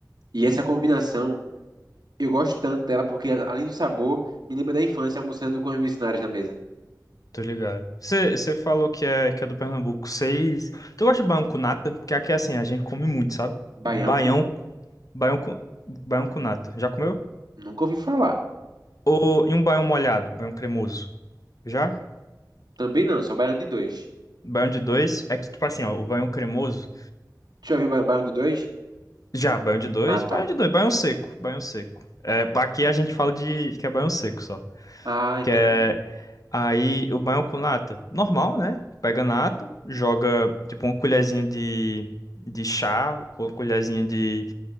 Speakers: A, on the right; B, on the left.
A: E essa combinação Eu gosto tanto dela porque, além do sabor, me lembra da infância almoçando com os missionários na mesa.
B: Tô ligado. Você falou que é, que é do Pernambuco. Vocês. Tu gosta de baião com nata? Porque aqui é assim, a gente come muito, sabe?
A: Baião
B: Baião,
A: com.
B: baião com, baião com nata. Já comeu?
A: Nunca ouvi falar.
B: Ou e um baião molhado, baião cremoso? Já?
A: Também não, só baião de dois.
B: Baião de dois. É que, tipo assim, ó, o baião cremoso.
A: Tu já viu ba- baião de dois?
B: Já, baião de dois,
A: Ah, tá.
B: baião de dois, baião seco, baião seco. É, aqui a gente fala de que é baião seco só.
A: Ah, entendi.
B: Que é aí o banho com nata. Normal, né? Pega nata, joga tipo uma colherzinha de, de chá ou uma colherzinha de,